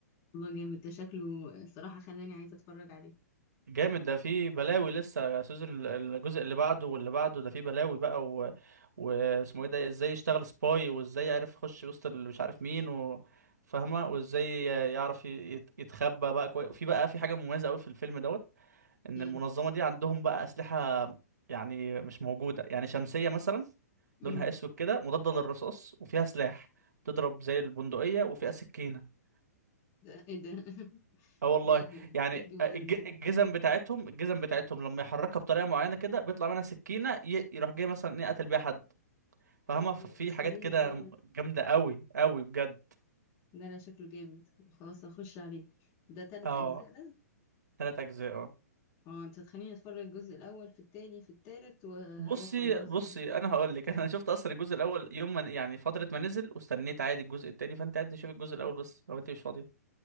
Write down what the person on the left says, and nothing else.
والله جامد ده شكله صراحه خلاني عايزه اتفرج عليه
ايه
امم
ده ايه ده <laughs>
ده ايه ده؟
إيه الجمدان
ده
هوبا
السريع
ده
ده انا شكله جامد خلاص هخش عليه ده تلت
اجزاء ده
اه انت هتخليني اتفرج الجزء الاول في التاني في التالت و...
وخلاص